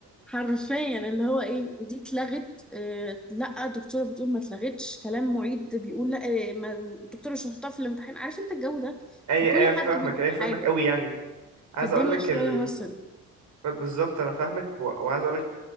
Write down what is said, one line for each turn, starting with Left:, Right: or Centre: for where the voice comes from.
Centre: حرفيا اللي هو ايه دي اتلغت آه لا الدكتوره بتقول ما اتلغتش كلام معيد بيقول لا آه ما الدكتوره مش هتحطها في الامتحان عارف انت الجو ده
Right: اي
Centre: فكل
Right: اي
Centre: حد
Right: فاهمك
Centre: بيقول
Right: اي
Centre: حاجه
Right: فاهمك قوي يعني عايز
Centre: فالدنيا
Right: اقول لك
Centre: شويه
Right: ال...
Centre: هصل
Right: بالظبط انا فاهمك و... وعايز اقول لك